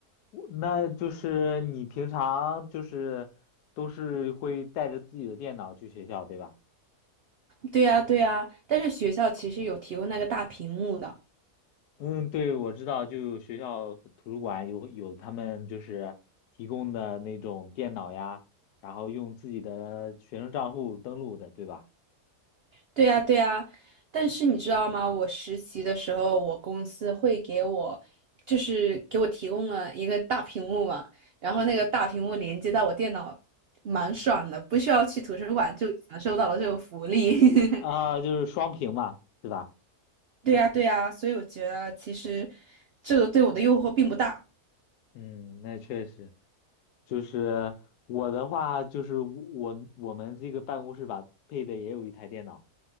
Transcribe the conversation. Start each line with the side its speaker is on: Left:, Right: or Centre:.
Left: 我那就是你平常就是都是会带着自己的电脑去学校，对吧？
Right: 对呀，对呀，但是学校其实有提供那个大屏幕的。
Left: 嗯，对，我知道，就有学校图书馆有有他们就是提供的那种电脑呀，然后用自己的学生账户登录的，对吧？
Right: 对呀，对呀，但是你知道吗？我实习的时候，我公司会给我，就是给我提供了一个大屏幕嘛，然后那个大屏幕连接到我电脑，蛮爽的，不需要去图书馆就享受到了这个福利。<laughs>
Left: 啊，就是双屏嘛，对吧？
Right: 对呀，对呀，所以我觉得其实这个对我的诱惑并不大，
Left: 嗯，那确实，就是我的话，就是我我我们这个办公室吧，配的也有一台电脑，